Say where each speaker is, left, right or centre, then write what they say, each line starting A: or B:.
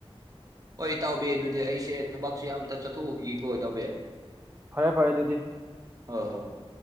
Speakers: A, on the right; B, on the right.
A: ꯍꯣꯏ ꯇꯧꯕꯤꯦ ꯑꯗꯨꯗꯤ ꯑꯩꯁꯦ ꯊꯕꯛꯁꯦ ꯑꯝꯇ ꯆꯠꯊꯣꯛꯎꯈꯤꯒꯀꯣ ꯇꯧꯕꯋ
B: ꯐꯔꯦ ꯐꯔꯦ ꯑꯗꯨꯗꯤ
A: ꯍ ꯍꯣ ꯍ